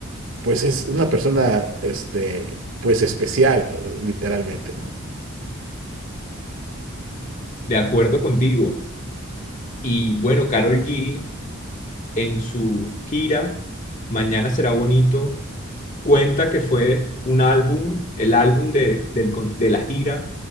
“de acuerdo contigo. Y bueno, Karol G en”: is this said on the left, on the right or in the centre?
Left